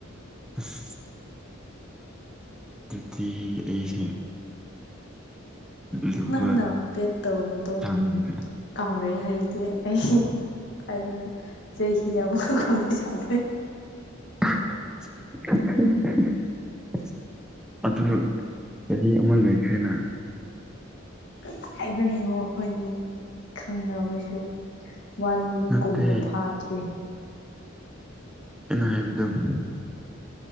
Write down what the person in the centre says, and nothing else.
ꯑꯁ ꯑꯗꯨꯗꯤ ꯑꯩꯁ‌ꯦ ꯂꯨꯕ
ꯆꯥꯡꯗ
ꯑ <unintelligible> ꯑꯁ ꯑꯗꯨ ꯆꯍꯤ ꯑꯃ ꯂꯩꯈ꯭ꯔꯦꯅ
ꯅꯠꯇꯦ
ꯑꯩꯅ ꯍꯥꯏꯕꯗꯣ